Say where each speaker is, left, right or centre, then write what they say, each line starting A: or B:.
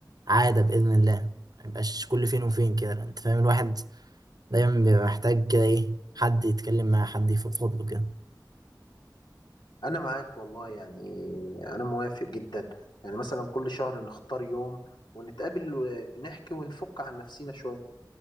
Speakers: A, on the right; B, on the left.
A: عادة بإذن الله ما يبقاش كل فين وفين كده انت فاهم الواحد دايما بيبقى محتاج كده ايه حد يتكلم معاه حد يفضفض له كده
B: انا معاك والله يعني انا موافق جدا يعني مثلا كل شهر نختار يوم ونتقابل ونحكي ونفك عن نفسينا شوية